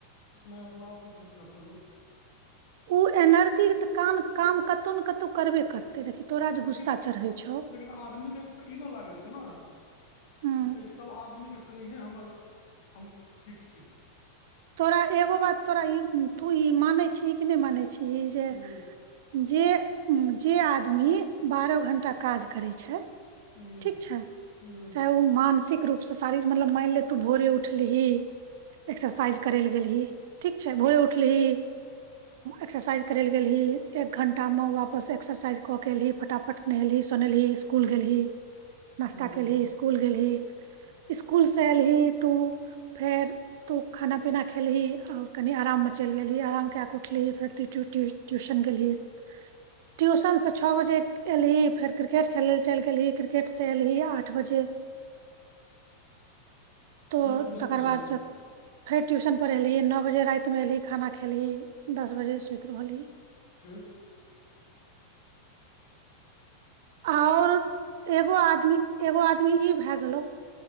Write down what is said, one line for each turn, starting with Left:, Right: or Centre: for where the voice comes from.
Left: नहि अपना आपमे खर्च करतै लोक
Right: ओ एनर्जीके तऽ काम काम कतौ ने कतौ करबे करतै देखी तोरा जे
Left: लेकिन
Right: गुस्सा चढ़ै छौ
Left: लेकिन आदमीके तऽ ई नहि लागै छै ने
Right: हूँ
Left: जे एहि सब आदमीके सङ्गहे हमर हम ठीक छी
Right: तोरा एगो बात तोरा ई तू ई मानै छीही कि नहि मानै छीही
Left: हूँ
Right: जे जे जे आदमी बारह घण्टा काज करै छै
Left: हूँ
Right: ठीक छै
Left: हूँ
Right: चाहे ओ मानसिक रूपसँ शारीर मतलब माइन ले तू भोरे उठलिही एक्सरसाइज करै लए गेलही ठीक छै भोरे उठलिही एक्सरसाइज करे ले गेलही एक घंटा मे वापस एक्सरसाइज कऽ के एलही फटाफट नहेलही सोनेलही इसकुल गेलही नश्ता
Left: हूँ
Right: केलही इस्कूल गेलही इस्कूल से एल ही तू फेर तू खाना पीना खेलही और कनि आराम मे चैल गेलही आराम के कैक उठलिही फेरट्यूशन गेलही ट्यूशन से छ बजे एलही फेर क्रिकेट खेलय लेल चैल गेलही क्रिके से एल हिया आठ बजे तोऽ
Left: फेर ट्यूशन
Right: तकर
Left: पढ़ेलियै
Right: बादसँ फेर ट्यूशन पढ़ेलही नौ बजे राइतमे एलही खाना खैलही दस बजे सुइत रहलही
Left: ठीक
Right: आऊर एगो आदमी एगो आदमी ई भए गेलौ